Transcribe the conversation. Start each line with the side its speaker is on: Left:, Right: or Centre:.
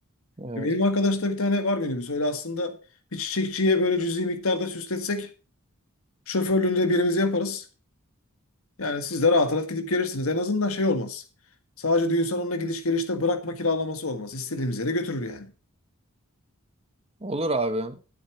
Right: Evet.
Left: E, Benim arkadaşta bir tane var minibüs. Öyle aslında bir çiçekçiye böyle cüzi miktarda süsletsek şoförlüğünü de birimiz yaparız. Yani siz de rahat rahat gidip gelirsiniz. En azından şey olmaz. Sadece düğün salonuna gidiş gelişte bırakma kiralaması olmaz. İstediğimiz yere götürür yani.
Right: Olur abi.